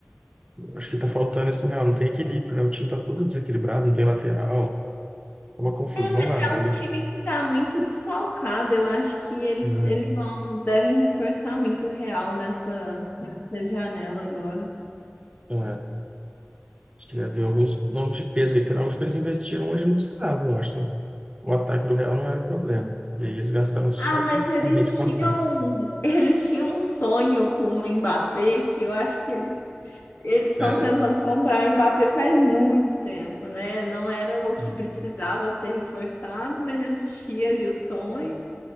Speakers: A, on the right (about 25°); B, on the left (about 55°).
A: eu acho que tá faltando isso no Real. Não tem equilíbrio, né? O time tá todo desequilibrado, não tem lateral. É uma confusão
B: É, mas
A: danada.
B: é um time que tá muito desfalcado. Eu acho que eles,
A: né?
B: eles vão, devem reforçar muito o Real nessa, nessa janela agora.
A: É, acho que havia alguns nomes de peso aí, que eu acho que eles investiram onde não precisavam, eu acho. né? O ataque do Real não era o problema. E aí eles gastaram só
B: Ah, mas
A: com, somente
B: eles
A: com
B: tinham,
A: o ataque.
B: eles tinham um sonho com o Mbappé que eu acho que eles eles estão
A: É,
B: tentando comprar o Mbappé faz muito tempo, né? Não era o que
A: hum.
B: precisava ser reforçado, mas existia ali o sonho.